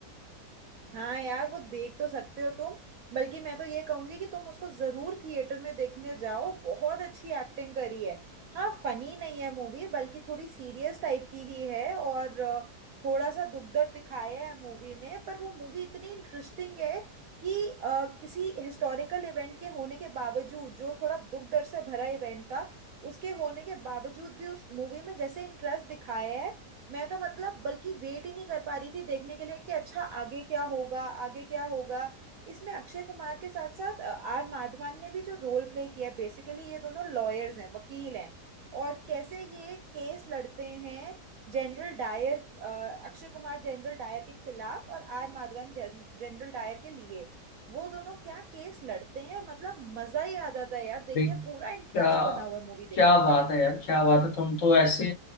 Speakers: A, on the right; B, on the left.
A: हाँ यार वो देख तो सकते हो तुम बल्कि मैं तो ये कहूंगी कि तुम उसको जरूर थिएटर में देखने जाओ बहुत अच्छी एक्टिंग करी है हाँ फनी नहीं है मूवी बल्कि थोड़ी सीरियस टाइप की ही है और अ, थोड़ा सा दुख दर्द दिखाया है मूवी में पर वो मूवी इतनी इंटरेस्टिंग है कि अ, किसी हिस्टोरिकल इवेंट के होने के बावजूद जो थोड़ा दुख दर्द से भरा इवेंट था उसके होने के बावजूद भी उस मूवी में जैसे इंटरेस्ट दिखाया है मैं तो मतलब बल्कि वेट ही नहीं कर पा रही थी देखने के लिए कि अच्छा आगे क्या होगा आगे क्या होगा इसमें अक्षय कुमार के साथ साथ अ, आर माधवन ने भी जो रोल प्ले किया है बेसिकली ये दोनों लॉयर्स हैं वकील हैं और कैसे ये केस लड़ते हैं जनरल डायर अ, अक्षय कुमार जनरल डायर के खिलाफ और आर माधवन जन, जनरल डायर के लिए वो दोनों क्या केस लड़ते हैं मतलब मजा ही आ जाता है यार देख
B: भाई,
A: के
B: क्या
A: पूरा इंटरेस्ट बना हुआ है मूवी देखने
B: क्या बात
A: का
B: है यार क्या बात है तुम तो ऐसे